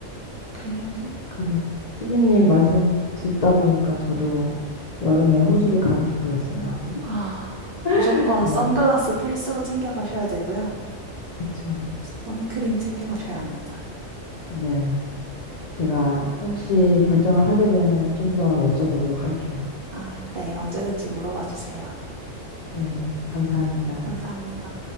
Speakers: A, on the right (about 65°); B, on the left (about 80°).
A: 그래서
B: 그, 수빈님 말씀 듣다 보니까 저도 여름에 호주를 가고 싶어졌어요.
A: 아, 무조건
B: <laughs> 네.
A: 선글라스 필수로 챙겨 가셔야 되고요.
B: 그쵸.
A: 선크림 챙겨 가셔야 합니다.
B: 네. 제가 혹시 결정을 하게 되면 좀 더 여쭤보도록 할게요.
A: 아, 네, 언제든지 물어봐 주세요.
B: 네, 감사합니다.
A: 감사합니다.